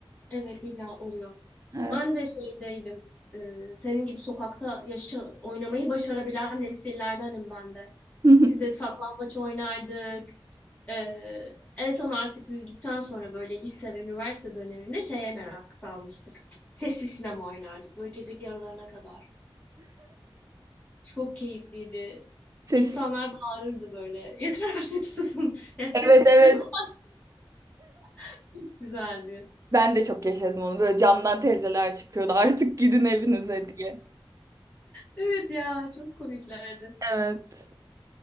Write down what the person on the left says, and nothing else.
Evet illa oluyor.
Ben de şeydeydim. e, senin gibi sokakta yaşa, oynamayı başarabilen nesillerdenim ben de.
Biz de saklambaç oynardık. E, en son artık büyüdükten sonra böyle lise ve üniversite dönemimde şeye merak salmıştık. Sessiz sinema oynardık böyle gece yarılarına kadar. Çok keyifliydi.
İnsanlar bağırırdı böyle. <laughs> Yeter artık susun. Yani sessiz
sinema
<laughs> güzeldi.
Evet ya çok komiklerdi.